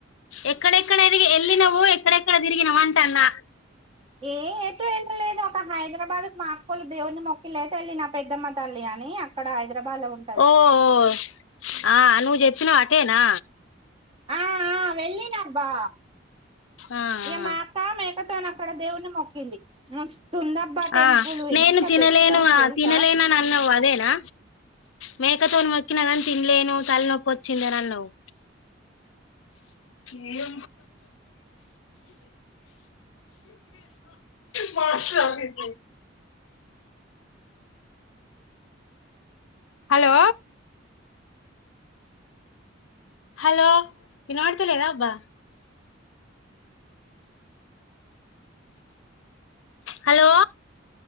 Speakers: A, on the left (about 80°); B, on the right (about 30°).
A: ఎక్కడ ఎక్కడ వెళ్ళినావ్ ఎక్కడెక్కడ తిరిగిన వంటానా
B: ఏ ఎటు వెల్ళలేదు ఒక హైదరాబాద్ మా అక్కోల్ దేవునీ అయితే వెళ్ళిన పెద్దమ్మ తల్లి అని అక్కడ హైదరాబాద్ లో ఉంటది
A: ఓ ఓ ఆ నువ్వు చెప్పినవు అటేనా
B: ఆ ఆ వెళ్ళి అబ్బా
A: ఆ
B: ఈ మా
A: ఆ
B: అక్క మేకతోని అక్కడ దేవుని మొక్కింది <unintelligible> టెంపుల్
A: ఆ
B: ఎంత
A: నేను తినలేను
B: పెద్దగా ఉంది తెలుసా
A: తినలేనా నన్న అదేనా మేకతోను మొక్కినదని తినలేను తల్లనొప్పిచ్చిందని అన్నావు ఏ మాష మాష హలో హలో ఇ నోడతలేదా అబ్బా హలో